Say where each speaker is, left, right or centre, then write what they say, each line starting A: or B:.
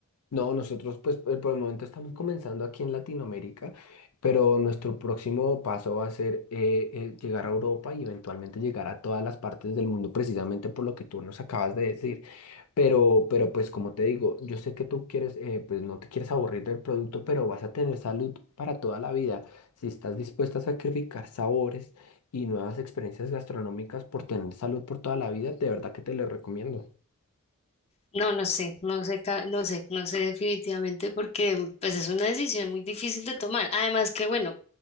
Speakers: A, on the left; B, on the left.
A: No, nosotros pues eh, por el momento estamos comenzando aquí en Latinoamérica, pero nuestro próximo paso va a ser eh, eh, llegar a Europa y eventualmente llegar a todas las partes del mundo, precisamente por lo que tú nos acabas de decir. Pero, pero pues como te digo, yo sé que tú quieres, eh, pues no te quieres aburrir del producto, pero vas a tener salud para toda la vida. Si estás dispuesta a sacrificar sabores y nuevas experiencias gastronómicas por tener salud por toda la vida, de verdad que te lo recomiendo.
B: No, no sé, no sé, ca- no sé, no sé definitivamente porque pues es una decisión muy difícil de tomar. Además que bueno,